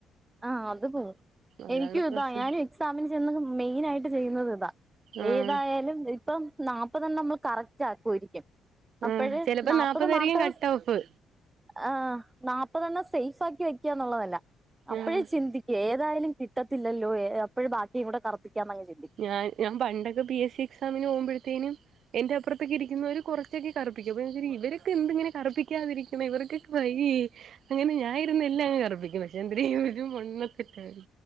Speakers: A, on the right (about 15°); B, on the right (about 60°).
A: ആഹ് അത് പോം
B: അതാണ്
A: എനിക്കും
B: പ്രശ്നം
A: ഇതാ ഞാനും എക്സാമിന് ചെന്ന് മെയിനായിട്ട് ചെയ്യുന്നത് ഇതാ
B: ആഹ്
A: ഏതായാലും ഇപ്പം നാപ്പതെണ്ണം നമ്മള് കറക്റ്റാക്കു ആരിക്കും അപ്പഴ്
B: ആഹ് ചിലപ്പോ
A: നാപ്പത്
B: നാപ്പതായിരിക്കും
A: മാർക്ക
B: കട്ട്
A: സ്
B: ഓഫ്
A: ആഹ് നാപ്പതെണ്ണം സേഫ് ആക്കി വെക്ക എന്നുള്ളതല്ല അപ്പഴേ
B: ആഹ്
A: ചിന്തി ഏതായാലും കിട്ടത്തില്ലല്ലോ ഏ അപ്പഴ് ബാക്കീകൂടെ കറുപ്പിക്കാന്നങ് ചിന്തി
B: ഞാൻ ഞാൻ പണ്ടൊക്കെ പി എസ് സി എക്സാമിനു പോമ്പഴ്ത്തേന് എന്റെ അപ്പുറത്തേക്ക് ഇരിക്കുന്നവര് കൊറച്ചൊക്കെ കറുപ്പിക്കും അപ്പ ഞാ ച്ചിരി ഇവരൊക്കെ എന്ത് ഇങ്ങന കറുപ്പിക്കാതിരി കറപ്പിക്കാതിരി ദൈവമേ ഇവർകക്ക് വയ്യ് യ്യേ അങ്ങനെ ഞാ ഇരുന്നു എല്ലാം അങ്ങ് കർപ്പിക്കും പക്ഷെ എന്തരേയും ഒരു മൊണ്ണ തെക്കാര്